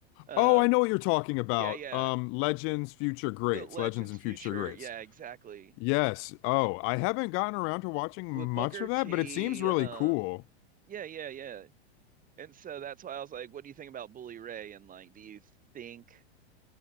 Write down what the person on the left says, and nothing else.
Oh, I know what you're talking about.
Um, Legends, Future Greats,
Legends and
Future Greats.
Yes. Oh, I haven't gotten around to watching
much
of
that, but it seems really
cool.